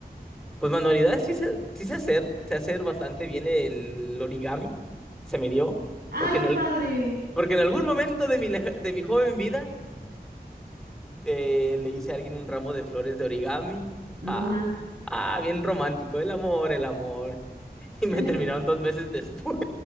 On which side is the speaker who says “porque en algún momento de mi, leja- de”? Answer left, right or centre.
Centre